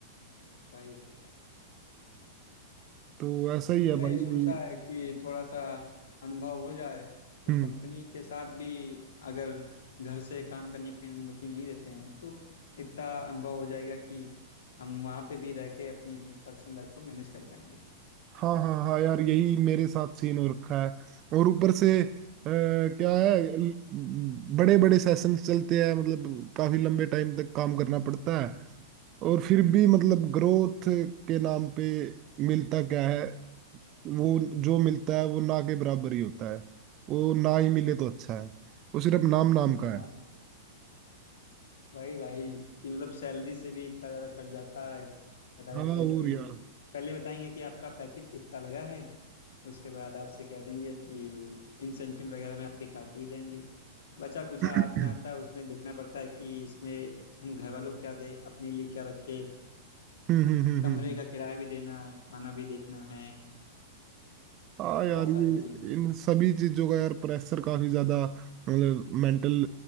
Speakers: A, on the left; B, on the right.
A: भाई भाई भाई
B: तो ऐसा ही
A: तो
B: है
A: यही
B: भाई
A: सोचा
B: यही
A: है कि थोड़ा सा अनुभव हो जाए तो
B: हम्म
A: कंपनी के साथ भी अगर घर से काम करने की अनुमति नहीं देते हैं तो इतना अनुभव हो जाएगा कि हम वहाँ पे भी रह के अपनी पर्सनल लाइफ को मैनेज कर पाएंगे
B: हाँ हाँ हाँ यार यही मेरे साथ सीन हो रखा है और ऊपर से अ, क्या है बड़े बड़े सेशंस चलते हैं मतलब काफी लंबे टाइम तक काम करना पड़ता है और फिर भी मतलब ग्रोथ के नाम पे मिलता क्या है वो जो मिलता है वो ना के बराबर ही होता है वो ना ही मिले तो अच्छा है वो सिर्फ नाम नाम
A: हाँ
B: का है
A: वही भाई कि मतलब सैलरी से भी इतना ज़्यादा कट जाता है बता देते
B: हाँ और
A: हैं कि
B: यार
A: पहले बताएंगे कि आपका पैकेज इतना लगा है उसके बाद आपसे कह देंगे कि इंसेंटिव वगैरह में आपके काट लिए जाएंगे बचा कुचा
B: <clears throat>
A: हाथ में आता है उसमें देखना पड़ता है कि इसमें हम घर वालों को क्या दे अपने लिए क्या रखे
B: हम्म हम्म हम्म
A: कमरे
B: हम्म
A: का किराया भी देना है खाना भी देखना है
B: हाँ यार
A: बहुत
B: ये
A: सारी चीजें
B: इन सभी चीजों का यार प्रेशर काफी ज्यादा मतलब मेंटल